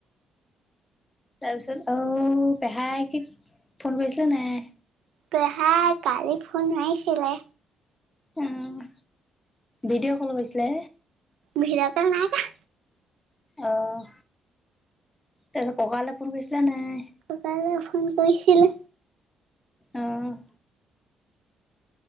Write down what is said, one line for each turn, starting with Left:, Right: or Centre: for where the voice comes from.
Left: তাৰপিছত অ', পেহাই কি ফোন কৰিছিলে নাই?
Right: পেহাই কালি ফোন মাৰিছিলে।
Left: উম', ভিডিঅ' কল কৰিছিলে
Right: ভিডিঅ' কল নাই কৰা।
Left: অ', তাৰপিছত ককা লে ফোন কৰিছিল নে নাই?
Right: ককা লে ফোন কৰিছিলো।
Left: আহ